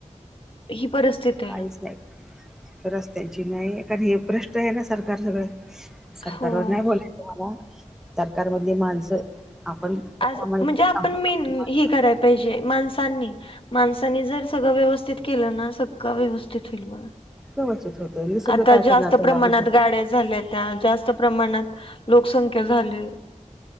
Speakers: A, on the left; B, in the centre.
A: ही परिस्थिती
B: काहीच
A: आहे
B: नाही रस्त्यांची नाही कारण हे भ्रष्ट आहे ना सरकार सगळं सरकारवर
A: हो
B: नाही बोलायचं मला सरकार मधली माणसं आपण प्रामाणिक
A: आज म्हणजे आपण
B: सांगतो
A: मेन
B: पण ते माणसं
A: हे करायला पाहिजे माणसांनी माणसांनी जर सगळं व्यवस्थित केलं ना सगळं व्यवस्थित होईल बघा
B: व्यवस्थित होतय निसर्ग
A: आता
B: काय
A: जास्त
B: करणार त्याला
A: प्रमाणात
B: विचार
A: गाड्या झाल्यात्या जास्त प्रमाणात लोकसंख्या झाल्या